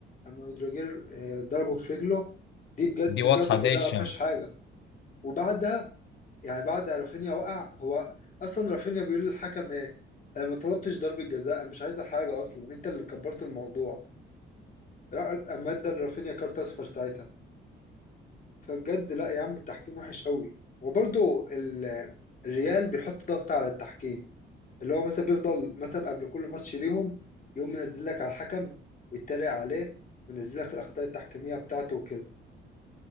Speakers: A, on the left (about 45°); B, on the left (about 70°).
A: اما اودريجير آه، ضربه في رجله دي بجد
B: دي واضحة
A: ضربه جزاء
B: زي الشمس
A: ما فيهاش حاجه وبعدها يعني بعد رافينيا وقع هو اصلا رافينيا بيقول للحكم ايه انا ما طلبتش ضربه جزاء أنا مش عايزه حاجه اصلا انت اللي كبرت الموضوع را- اما ادى لرافينيا كارت اصفر ساعتها فبجد لا يا عم التحكيم وحش قوي وبرضه ال- الريال بيحط ضغط على التحكيم اللي هو مثلا بيفضل مثلا قبل كل ماتش ليهم يقوم منزل لك على الحكم ويتريق عليه وينزل لك الاخطاء التحكيميه بتاعته وكده